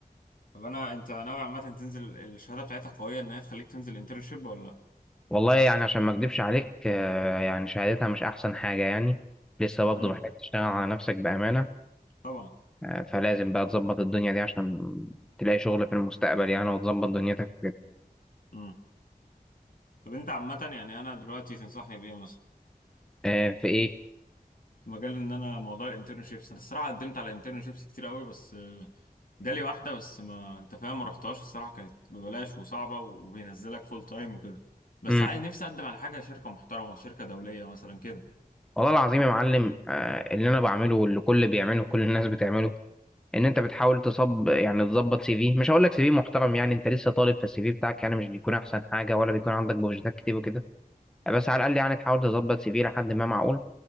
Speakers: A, on the left (about 60°); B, in the centre.
A: طب انا انت ناوي عامه تنزل الشهاده بتاعتها قويه ان هي تخليك تنزل انترنشيب ولا لا
B: والله يعني عشان ما اكدبش عليك آه، يعني شهادتها مش احسن حاجه يعني لسه برضه
A: امم
B: محتاج تشتغل على نفسك بامانه
A: طبعا
B: آه، فلازم بقى تظبط الدنيا دي عشان تلاقي شغل في المستقبل يعني وتظبط دنيتك كده
A: مم. طب انت عامة يعني انا دلوقتي تنصحني بايه مثلا؟
B: آه، في ايه
A: في مجال ان انا موضوع الانترنشيبس انا الصراحة قدمت على انترنشيبس كتير قوي بس آه، جالي واحدة بس ما انت فاهم ما رحتهاش الصراحة كانت ببلاش وصعبة وبينزلك فول تايم وكده بس
B: امم
A: عايز نفسي اقدم على حاجة شركة محترمة شركة دولية مثلا كده
B: والله العظيم يا معلم آه، اللي انا بعمله واللي كل بيعمله كل الناس بتعمله ان انت بتحاول تصب يعني تظبط سي في مش هقول لك سي في محترم يعني انت لسه طالب فالسي في بتاعك يعني مش بيكون احسن حاجه ولا بيكون عندك بروجكتات كتير وكده بس على الاقل يعني تحاول تظبط سي في لحد ما معقول